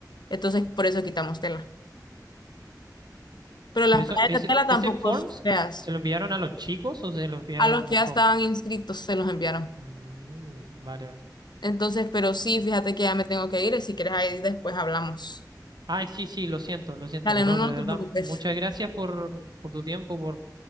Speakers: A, on the left; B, on the right.
A: Entonces, por eso quitamos Tela. Pero las
B: Pero eso,
A: playas
B: ese,
A: de Tela tampoco
B: ese forms,
A: son feas.
B: ¿se lo enviaron a los chicos o se lo enviaron
A: A los que
B: a
A: ya
B: co-
A: estaban inscritos se los enviaron.
B: Mm, vale, vale.
A: Entonces, pero sí, fíjate que ya me tengo que ir, y si quieres ahí después hablamos.
B: Ay, sí, sí, lo siento, lo siento.
A: Dale,
B: Pero
A: no,
B: no,
A: no
B: pero de
A: te
B: verdad,
A: preocupes.
B: muchas gracias por, por tu tiempo, por,